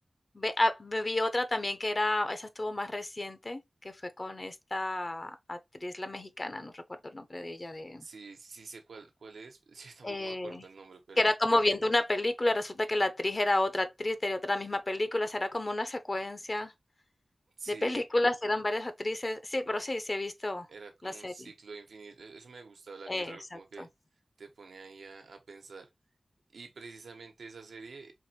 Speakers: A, on the left; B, on the right.
A: Ve- ah, ve- vi otra también que era, esa estuvo más reciente, que fue con esta actriz, la mexicana, no recuerdo el nombre de ella, de,
B: Sí, sí sí sé cuál, cuál es, <laughs> sí, tampoco
A: eh,
B: me acuerdo el nombre, pero
A: que era como viendo una película, resulta que la actriz era otra actriz de otra misma película, será como una secuencia
B: sí.
A: de películas, eran varias actrices. Sí, pero sí, sí he visto
B: era como
A: la serie.
B: un ciclo infinito. E- Eso me gusta, Black
A: Exacto.
B: Mirror, como que te pone ahí a, a pensar. Y precisamente esa serie